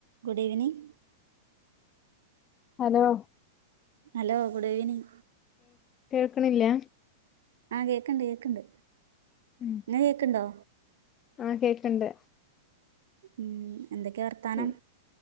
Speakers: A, on the right; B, on the left.
A: Good evening
B: hello
A: hello good evening
B: കേൾക്ക്ണില്ലാ
A: ആഹ് കേക്ക്ണ്ട് കേക്ക്ണ്ട്
B: ഉം
A: ഞ കേക്ക്ണ്ടോ
B: ആഹ് കേക്ക്ണ്ട്
A: ഊം എന്തെക്കേ വർത്താനം
B: ഉം